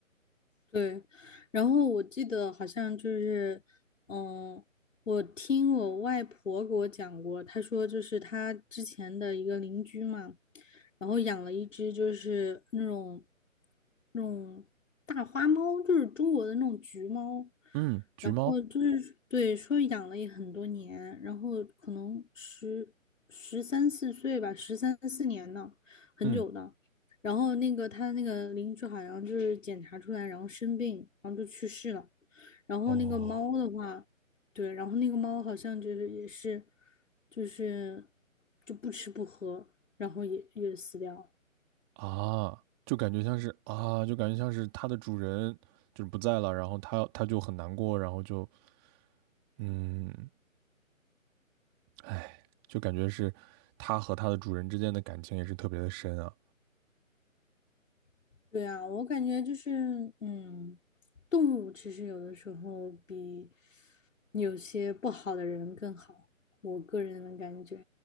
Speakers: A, on the left (about 65°); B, on the right (about 15°).
A: 对，然后我记得好像就是，嗯，我听我外婆给我讲过，她说就是她之前的一个邻居嘛，然后养了一只就是那种那种大花猫，就是中国的那种橘猫，
B: 嗯，橘猫，
A: 然后就是对，说养了也很多年，然后可能十十三四岁吧，十三四年呢，很久的。
B: 嗯，
A: 然后那个他那个邻居好像就是检查出来，然后生病，然后就去世了。然后那个猫的话，
B: 哦
A: 对，然后那个猫好像就是也是，就是就不吃不喝，然后也也死掉了
B: 啊，就感觉像是啊，就感觉像是他的主人就是不在了，然后他他就很难过，然后就嗯，哎，就感觉是他和他的主人之间的感情也是特别的深啊，
A: 对啊，我感觉就是，嗯，动物其实有的时候比有些不好的人更好，我个人的感觉。